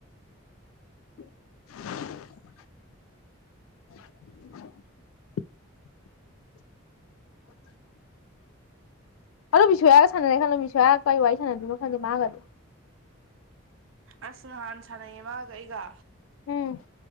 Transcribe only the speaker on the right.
ꯑꯁ ꯅꯍꯥꯟ ꯁꯥꯟꯅꯩꯌꯦ ꯃꯥꯒ ꯑꯩꯒ